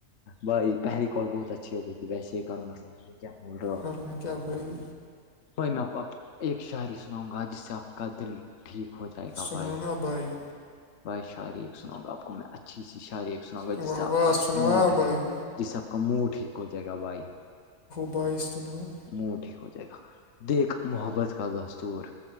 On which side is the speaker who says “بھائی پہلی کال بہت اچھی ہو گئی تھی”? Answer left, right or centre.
Left